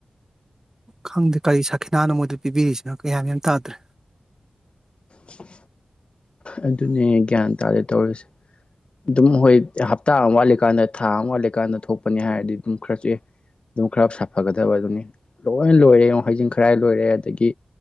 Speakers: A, on the right; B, on the left.
A: ꯈꯪꯗꯦ ꯀꯔꯤ ꯁꯥꯈꯤꯅꯥꯅꯣ ꯃꯣꯏꯗ ꯄꯤꯕꯤꯔꯤꯁꯤꯅꯣ ꯀꯌꯥꯝ ꯌꯥꯝ ꯇꯥꯗ꯭ꯔꯦ꯫
B: ꯫ ꯑꯗꯨꯅꯦ ꯒ꯭ꯌꯥꯟ ꯇꯥꯔꯦ ꯇꯧꯔꯤꯁꯦ ꯑꯗꯨꯝ ꯍꯣꯏ ꯍꯞꯇꯥ ꯑꯃ ꯋꯥꯠꯂꯤꯀꯥꯟꯗ ꯊꯥ ꯑꯃ ꯋꯥꯠꯂꯤꯀꯥꯟꯗ ꯊꯣꯛꯄꯅꯤ ꯍꯥꯏꯔꯗꯤ ꯑꯗꯨꯝ ꯈꯔꯁꯨ ꯑꯦ ꯑꯗꯨꯝ ꯈꯔ ꯁꯥꯐꯒꯗꯥ꯫ ꯑꯗꯨꯅꯤ ꯂꯣꯏ ꯂꯣꯏꯔꯦ꯫ ꯍꯩꯖꯤꯡ ꯈꯔꯥꯏ ꯂꯣꯏꯔꯦ ꯑꯗꯒꯤ